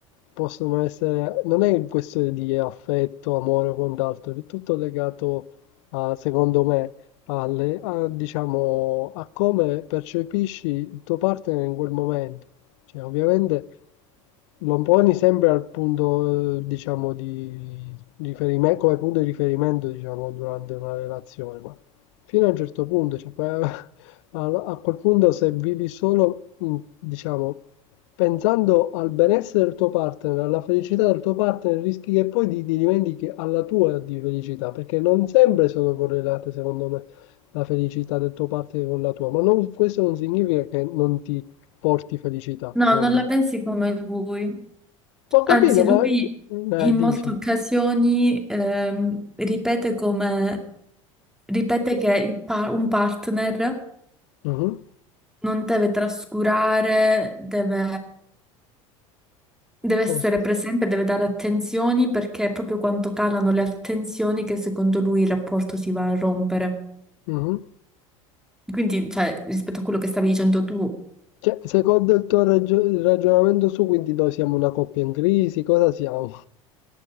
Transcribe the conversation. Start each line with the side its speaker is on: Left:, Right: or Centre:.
Left: possono essere... non è questione di affetto, amore o quant'altro, è tutto legato, a, secondo me, alle, a, diciamo, a come percepisci il tuo partner in quel momento. Cioè, ovviamente lo poni sempre al punto, eh, diciamo, di riferimento, come punto di riferimento, diciamo, durante una relazione, ma Fino a un certo punto, cioè, poi, <laughs> a a quel punto se vivi solo, mhmm, diciamo, pensando al benessere del tuo partner, alla felicità del tuo partner, rischi che poi ti ti dimentichi alla tua di felicità, perché non sempre sono correlate, secondo me, la felicità del tuo partner con la tua, ma non questo non significa che non ti porti felicità,
Centre: No,
Left: secondo
Centre: non la
Left: me.
Centre: pensi come lui.
Left: Ho
Centre: Anzi,
Left: capito,
Centre: lui
Left: ma...
Centre: in
Left: Eh, dici.
Centre: molte occasioni ehm, ripete come ripete che il pa- un partner
Left: Mhm.
Centre: non deve trascurare, deve, deve
Left: Cosa?
Centre: essere presente, deve dare attenzioni perché è proprio quando calano le attenzioni che secondo lui il rapporto si va a rompere.
Left: Mhm.
Centre: Quindi, cioè, rispetto a quello che stavi dicendo tu,
Left: Cioè, secondo il tuo ragio- il ragionamento su, quindi noi siamo una coppia in crisi, cosa siamo?